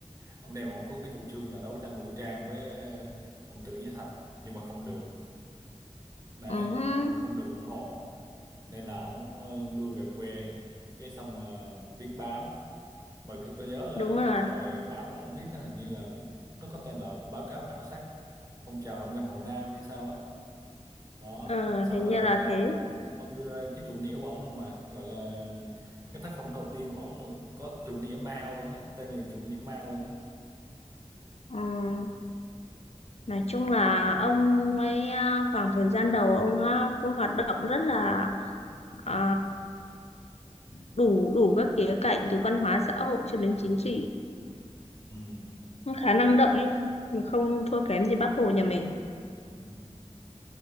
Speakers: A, on the right; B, on the left.
A: ông đem ông có cái chủ trương là đấu tranh vũ trang với ông Tưởng Giới Thạch nhưng mà không được đấy
B: Ừ,
A: không không được ủng hộ nên là ông ờ, lui về quê cái xong ờ, viết báo mà cái tôi nhớ là
B: đúng rồi.
A: cái thời báo mà ông viết á, hình như là nó có tên là báo cáo khảo sát phong trào nông dân Hồ Nam hay sao á đó
B: Ờ,
A: xong
B: hình
A: rồi
B: như là
A: đó, ông,
B: thế.
A: ông ông đưa ra cái chủ nghĩa của ông luôn mà gọi là cái tác phẩm đầu tiên của ông là có chủ nghĩa Mao luôn á tên là chủ nghĩa Mao luôn á
B: Ừ, nói chung là ông ấy à, khoảng thời gian đầu ông ha, cũng hoạt động rất là à, đủ đủ các khía cạnh từ văn hóa xã hội cho đến chính trị.
A: ừ.
B: Cũng
A: ừ
B: khá năng động ấy, mà không thua kém gì Bác Hồ nhà mình.
A: ừ